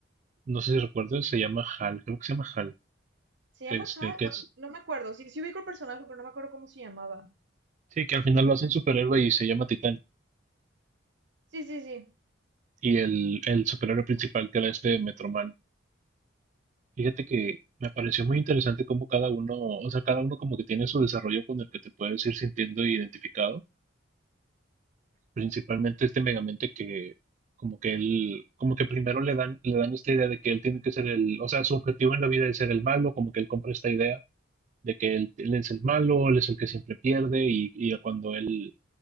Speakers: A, on the right; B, on the right.
A: no sé si recuerdas, se llama Hal, creo que se llama Hal
B: ¿Se
A: este,
B: llama Hal?
A: que
B: No,
A: es,
B: no me acuerdo. Sí, sí ubico el personaje, pero no me acuerdo cómo se llamaba.
A: Sí, que al final lo hacen superhéroe y se llama Titán.
B: Sí, sí, sí.
A: Y el, el superhéroe principal que era este Metroman. Fíjate que me pareció muy interesante cómo cada uno, o sea, cada uno como que tiene su desarrollo con el que te puedes ir sintiendo identificado. Principalmente este Megamente que como que él, como que primero le dan, le dan esta idea de que él tiene que ser el, o sea, su objetivo en la vida es ser el malo, como que él compra esta idea de que él, él es el malo, él es el que siempre pierde y, y cuando él,